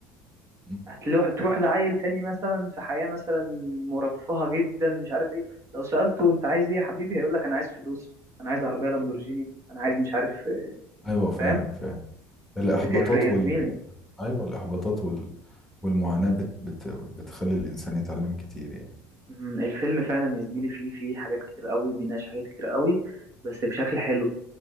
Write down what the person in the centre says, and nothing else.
أمم.
ايوه فاهم
فاهم الاحباطات
وال
ايوه الاحباطات وال والمعاناة بت... بت... بتخلي الانسان يتعلم كتير يعني